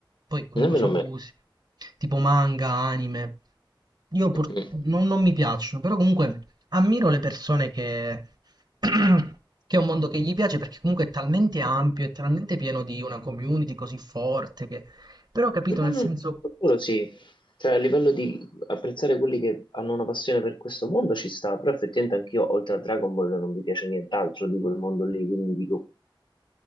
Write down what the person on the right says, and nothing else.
poi comunque
so
gusti, tipo manga, anime, io purtroppo
non, non mi piacciono, però comunque ammiro le persone che... <clears throat> che è un mondo che gli piace perché comunque è talmente ampio, è talmente pieno di una community così forte però capito,
nel
senso,